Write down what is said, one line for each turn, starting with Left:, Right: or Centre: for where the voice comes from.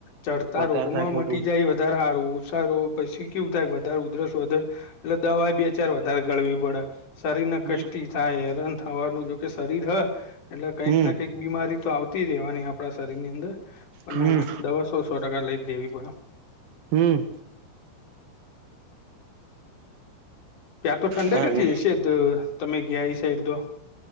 Left: ચડતા
Right: વધારે
Left: રોગમાં
Right: થાય ખોટું
Left: મટી જાય <unintelligible> ધાર હારું સારું. પછી કેવું થાય કે વધાર ઉધરસ વધે એટલે દવા એઈ બે-ચાર વધાર ગળવી પડે. શરીર ને
Right: હમ
Left: કષ્ટી થાય, હેરાન થવાનું. જોકે શરીર હે એટલે કંઈક
Right: હમ
Left: ન બીમારી તો આવતી રહેવાની આપણા શરીરની અંદર. પણ
Right: હમ
Left: ના-ના દવા સો ટકા લઈ જ લેવી પડે.
Right: હમ્મ.
Left: ત્યાં તો ઠંડક
Right: હા
Left: જ હશે તો, તમે ગિયા ઈ સાઈડ તો.